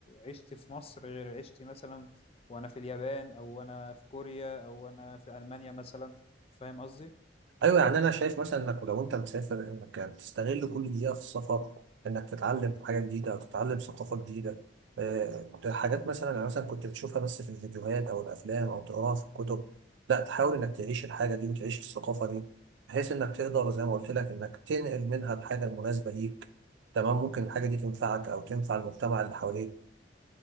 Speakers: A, on the left; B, on the right.
A: عشت في مصر غير عشتي مثلا وانا في اليابان او انا في كوريا او انا في المانيا مثلا فاهم قصدي
B: ايوه يعني انا شايف مثلا انك لو انت مسافر انك تستغل كل دقيقه في السفر انك تتعلم حاجه جديده او تتعلم ثقافه جديده آه، حاجات مثلا يعني مثلا كنت بتشوفها بس في الفيديوهات او الافلام او تقراها في الكتب لا تحاول انك تعيش الحاجه دي وتعيش الثقافه دي بحيث انك تقدر زي ما قلت لك انك تنقل منها الحاجه المناسبه ليك تمام ممكن الحاجه دي تنفعك او تنفع المجتمع اللي حواليك